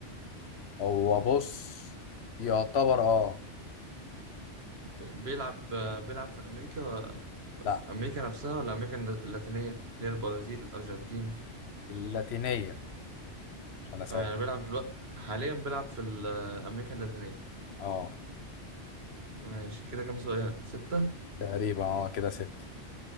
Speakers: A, on the left; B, on the right.
A: هو بص يعتبر اه
B: ب- بيلعب بيلعب في امريكا
A: لا
B: في امريكا نفسها ولا امريكا اللاتينيه اللي هي البرازيل الارجنتين
A: اللاتينية مش أنا سايق
B: اه يعني بيلعب دلوقتي حاليا بيلعب في ال- امريكا اللاتينيه
A: اه
B: ماشي كده كام سؤال ستة
A: تقريبا اه كده ستة